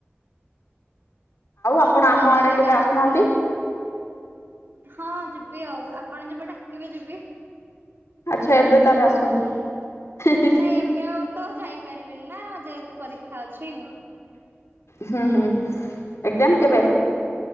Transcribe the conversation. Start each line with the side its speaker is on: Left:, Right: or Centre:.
Right: ଆଉ
Left: ଆପଣ ଆମ
Right: ରଜରେ
Left: ଆଡେ କେବେ
Right: ଗାଁକୁ
Left: ଆସୁନାହାନ୍ତି
Right: ହଁ ଯିବି ଆଉ ଆପଣ ଯବେ ଡାକିବେ ଯିବି।
Left: ଆଚ୍ଛା ଏବେ ତାହେଲେ ଆସନ୍ତୁ <unintelligible>
Right: ନାଇଁ ଏବେ ଆଉ ତ ଯାଇପାରିବିନି ନା ଯେହେତୁ ପରୀକ୍ଷା ଅଛି।
Left: ହୁଁ ହୁଁ ଏକଜାମ କେବେ?